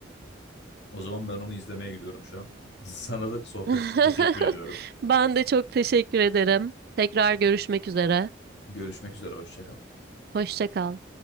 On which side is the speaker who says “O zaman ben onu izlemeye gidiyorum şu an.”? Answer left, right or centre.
Left